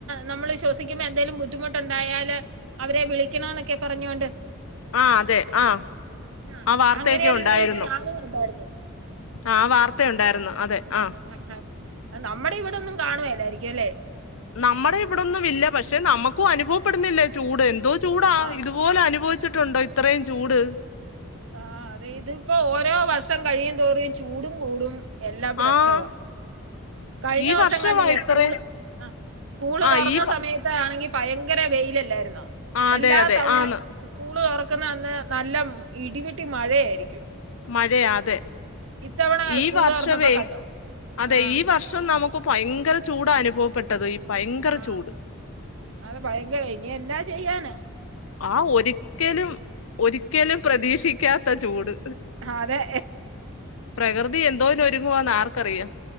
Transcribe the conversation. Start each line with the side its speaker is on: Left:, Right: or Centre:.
Right: നമ്മള് ശ്വസിക്കുമ്പോ എന്തെങ്കലും ബുദ്ധിമുട്ടുണ്ടായാല് അവരെ വിളിക്കണന്നൊക്കെ പറഞ്ഞോണ്ട്.
Left: ആ അതെ ആ
Right: ആ
Left: വാർത്തയൊക്കെ
Right: അങ്ങനരു
Left: ഉണ്ടായിരുന്നു
Right: ന്യൂസ് ഞാനും കണ്ടായിരുന്നു.
Left: ആ വാർത്തയുണ്ടായിരുന്നു അതെ ആ
Right: ആഹാ നമ്മുടെ ഇവിടെ ഒന്നും കാണുവല്ലായിരിക്കും അല്ലേ?
Left: നമ്മുടെ ഇവിടൊന്നും ഇല്ല പക്ഷെ നമ്മുക്കും അനുഭവപ്പെടുന്നില്ലേ ചൂട് എന്തോ ചൂടാ
Right: ആഹ്
Left: ഇത് ഇതുപോലെ അനുഭവിച്ചിട്ടുണ്ടോ ഇത്രയും ചൂട്.
Right: ആഹ അതെ ഇതിപ്പോ ഓരോ വർഷം കഴിയും തോറും ചൂടും കൂടും എല്ലാം പ്രശ്നവാ
Left: ആഹ്
Right: കഴിഞ്ഞ
Left: ഈ
Right: വർഷം
Left: വർഷവാ
Right: കണ്ടില്ലേ
Left: ഇത്രേ
Right: സ്കൂള് സ്കൂള്
Left: ആ
Right: തുറന്ന
Left: ഈ
Right: സമയത്ത്ണെങ്കിൽ ഭയങ്കര വെയിലല്ലായിരുന്നോ
Left: ആ അതെ
Right: എല്ലാ
Left: അതെ
Right: തവണയും
Left: ആന്ന്
Right: സ്കൂള് തുറക്കുന്നന്ന് നല്ല ഇടിവെട്ടി മഴയായിരിക്കും.
Left: മഴയാ അതെ
Right: ഇത്തവണ
Left: ഈ
Right: സ്കൂള്
Left: വർഷവേ
Right: തുറന്നപ്പോ കണ്ടോ
Left: അതെ
Right: ആഹ്
Left: ഈ വർഷ പക്ഷെ നമുക്ക് ഭയങ്കര ചൂട അനുഭവപ്പെട്ടത് ഈ ഭയങ്കര
Right: ആഹ്
Left: ചൂട്.
Right: അത് ഭയങ്കര ഇനി എന്നാ ചെയ്യാന്?
Left: ആ ഒരിക്കലും ഒരിക്കലും പ്രതീക്ഷിക്കാത്ത ചൂട്.
Right: ആഹ് അതെ
Left: പ്രകൃതി എന്തോന്നിന് ഒരുങ്ങുവാന്ന് ആർക്കറിയാം.